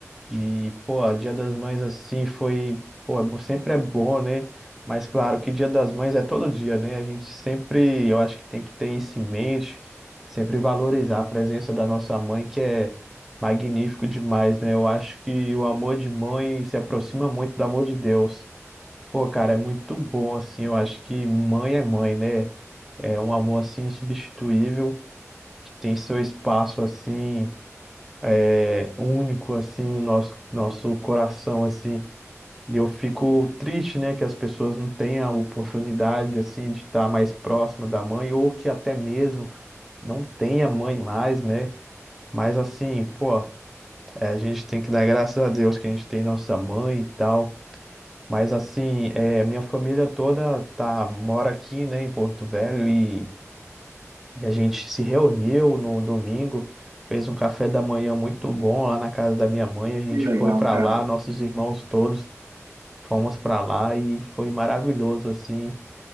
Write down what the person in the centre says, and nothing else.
e, pô, Dia das Mães assim foi, pô, é bom- sempre é bom, né? Mas claro que Dia das Mães é todo dia, né? A gente sempre, eu acho que tem que ter isso em mente, sempre valorizar a presença da nossa mãe, que é magnífico demais, né? Eu acho que o amor de mãe se aproxima muito do amor de Deus. Pô, cara, é muito bom, assim, eu acho que mãe é mãe, né? É um amor, assim, insubstituível, que tem seu espaço, assim, é, único, assim, no nosso, nosso coração, assim. E eu fico triste, né, que as pessoas não tenham a oportunidade, assim, de estar mais próxima da mãe, ou que até mesmo não tenha mãe mais, né? Mas, assim, pô, é, a gente tem que dar graças a Deus que a gente tem nossa mãe e tal. Mas assim, é, minha família toda tá, mora aqui, né, em Porto Velho e, e a gente se reuniu no domingo, fez um café da manhã muito bom lá na casa da minha mãe. A gente
foi para
lá, nossos irmãos todos fomos para lá e foi maravilhoso assim.